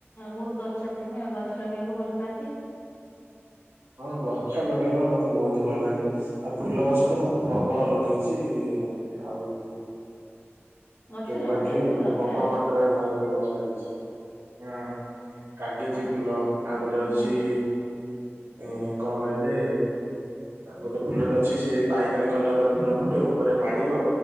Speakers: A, on the left; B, on the right.
A: ବହୁତ୍ ଗଛ ପ୍ରେମୀ ଆଉ ଗଛ ଲଗେଇବାକୁ ଭଲ ପାଆନ୍ତି।
B: ହଁ ଗଛ ଲଗେଇବା ପାଇଁ ମତେ ବହୁତ୍ ଭଲ ଲାଗେ ଆଉ ଫୁଲ ଗଛ ତ ମୁଁ ପ୍ରବଳ ଲ ଗେଇଚି ଆଉ
A: ଗଛ
B: ଯୋଉଗୁଡା
A: ଲଗେଇବା
B: କି
A: ବି ଦରକାର
B: ପ୍ରବଳ ମାତ୍ରାରେ ଘରେ ଫୁଲଗଛ ଲାଗିଚି। ହଁ କାଗେଜି
A: ସବୁ
B: ଫୁଲ ଆଉ ଗୋଟେ
A: ହଁ
B: ଅଛି ଏ କଣ କହିଲେ ଗୋଟେ ଫୁଲଟେ ଅଛି ସେ ବାଇଗଣୀ କଲର ର ଫୁଲ ଫୁଟେ ଉପରେ ମାଡିବ